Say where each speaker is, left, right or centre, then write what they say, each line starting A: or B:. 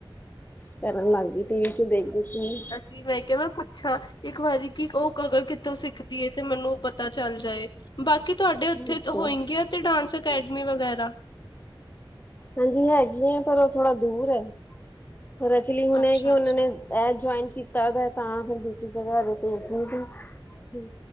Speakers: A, on the left; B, on the left.
A: ਕਰਨ ਲੱਗ ਗਈ ਟੀਵੀ ਚੋਂ ਦੇਖ ਦੇਖ ਕੇ ਹੀ।
B: ਕੀ ਵੇਖ ਕੇ ਮੈਂ ਪੁਛਾ। ਇਕ ਵਾਰੀ ਕੀ ਉਹ ਅਗਰ ਕਿਥੋਂ ਸਿੱਖਦੀ ਏ ਤੇ ਮੈਨੂੰ ਪਤਾ ਚੱਲ ਜਾਏ। ਬਾਕੀ ਤੁਹਾਡੇ ਓਥੇ
A: ਅੱਛਾ
B: ਤੇ ਹੋਏਗੀਆਂ ਤੇ ਡਾਂਸ ਐਕੈਡਮੀ ਵਗੈਰਾ।
A: ਹਾਂਜੀ ਹੈਗੀਆਂ ਪਰ ਉਹ ਥੋੜਾ ਦੂਰ ਐ ਪਰ ਐਕਚੂਲੀ ਹੁਣੇ
B: ਅੱਛਾ-ਅੱਛਾ।
A: ਕੀ ਓਹਨਾ ਨੇ। ਐ ਜੋਇਨ ਕਿਤਾ ਦੈ ਤਾ ਫਿਰ ਦੁਸਰੀ ਜਗਾਂ ਹਜੇ ਪੇਜ ਨਹੀਂ ਰਹੀ।